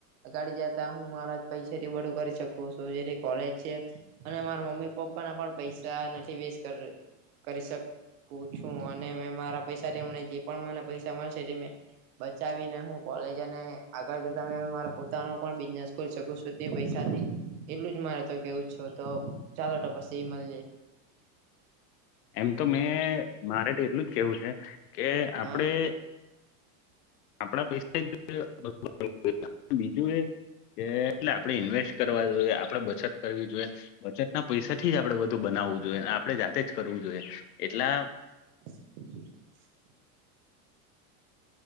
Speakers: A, on the right; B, on the left.
A: અગાડી જતા હું મારા પૈસાથી બડું કરી શકું છું જે કોલેજ છે અને મારા મમ્મી પપ્પા ના પણ પૈસા નથી વેસ્ટ કર કરી શકું છું અને મે મારા પૈસામને જે પણ મને પૈસા મળશે તે બચાવીને હું કોલેજ અને આગળ જ તમે મા પોતાનો પણ બિઝનેસ શકો છું તે પૈસાથી એટલું જ મારે તો કેવું છો તો ચાલો તો પછી મળીે
B: એમ તો મેં મારે એટલું જ કેવું છે કે આપડે
A: હા
B: આપણા પૈસા જો બીજું એ કે એટલે આપડે ઈન્વેસ્ટ કરવા જોઈએ આપડે બચત કરવી જોઈએ બચત ના પૈસાથી જ આપડે વધું બનાવવું જોઈએ આપડણે જાતે જ કરવું જોઈએ એટલા
A: <inaudible>